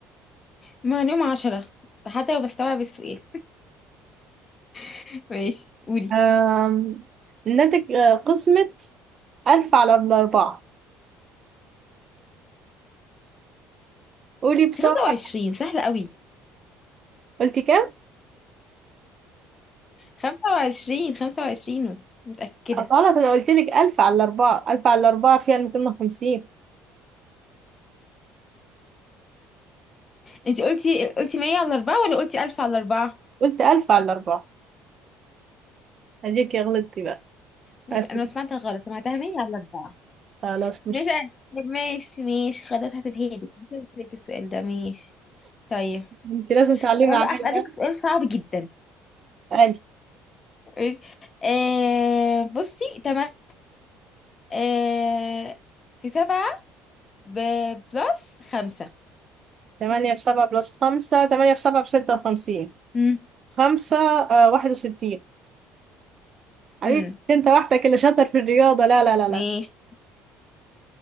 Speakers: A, on the left; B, on the right.
A: معلومة عشرة حتى لو بستوعب السؤال <laughs> ماشي قولي
B: آم، إنها تك- آه، قسمة ألف على الأربعة قولي بسرعة
A: انت 25 سهلة قوي
B: قلت كام؟
A: 25 25 متأكدة
B: غلط أنا قلت لك ألف على الأربعة ألف على الأربعة فيها 250
A: انت قلتي قلتي 100 على 4 ولا قلتي 1000 على 4
B: قلت ألف على الأربعة أديك يا غلطتي بقى
A: ماشي
B: بس
A: انا ما سمعتها غلط سمعتها 100 على 4
B: خلاص مش
A: ماشي ماشي ماشي خلاص هسيبها لك هسيبها لك السؤال ده. ماشي طيب.
B: أنت لازم تعلمي
A: طب أنا
B: عليا
A: بقى أسألك
B: بقى.
A: سؤال صعب جدا.
B: ألف
A: ماشي آه بصي تمانية آه في سبعة بلس خمسة
B: تمانية في سبعة بلس خمسة تمانية في سبعة بستة وخمسين
A: مم.
B: خمسة آه واحد وستين عليك
A: امم
B: أنت وحدك اللي شاطر في الرياضة لا لا لا
A: ماشي
B: لا